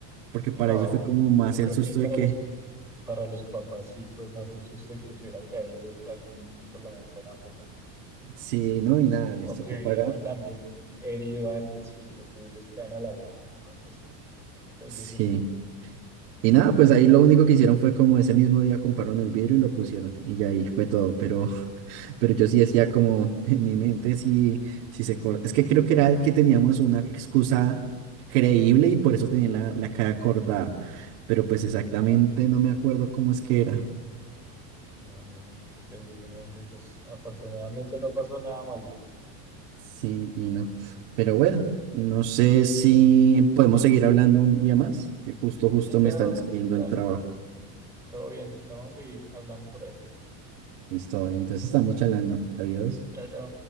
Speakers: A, on the right (about 80°); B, in the centre.
A: porque para
B: No,
A: ellos fue
B: pues
A: como
B: des-
A: más
B: yo creo
A: el susto
B: que para
A: de que
B: los, para los papás sí fue más el susto de que se hubiera caído algún niño por la ventana rota.
A: sí, no, y nada, les
B: O
A: tocó
B: que hubieran
A: pagar.
B: también herido a alguien si los vidrios caen a la calle o algo así. Qué peligro.
A: Sí. Y nada, pues ahí lo único que hicieron fue como ese mismo día compraron el vidrio y lo pusieron, y ya ahí fue todo. Pero Pero yo sí decía como <laughs> en mi mente sí, sí se corta. Es que creo que era que teníamos una excusa creíble y por eso tenía la, la cara cortada. Pero pues exactamente no me acuerdo cómo es que era.
B: No, no, no, qué peligro, hombre. Pues afortunadamente no pasó nada malo.
A: Sí, Gino. Pero bueno, no sé si podemos seguir hablando un día más, que justo, justo
B: Sí, claro,
A: me están escribiendo
B: claro.
A: el trabajo.
B: Todo bien. Te vamos a seguir hablando por ahí.
A: Listo, vale. Entonces estamos charlando. Adiós.
B: Chao, chao.